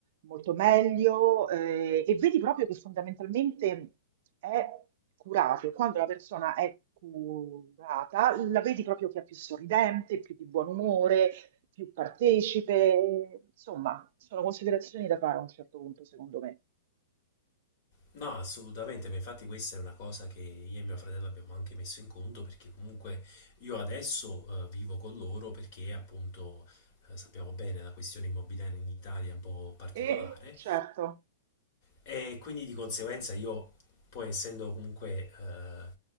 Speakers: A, on the right; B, on the left.
A: Molto meglio, eh, e vedi proprio che fondamentalmente è curato. Quando la persona è curata, la vedi proprio che è più sorridente, più di buon umore, più partecipe. Insomma, sono considerazioni da fare a un certo punto, secondo me.
B: No, assolutamente, ma infatti questa è una cosa che io e mio fratello abbiamo anche messo in conto perché comunque io adesso eh, vivo con loro perché appunto eh, sappiamo bene la questione immobiliare in Italia è un po' particolare,
A: E certo,
B: eh, E quindi di conseguenza io, poi essendo comunque eh,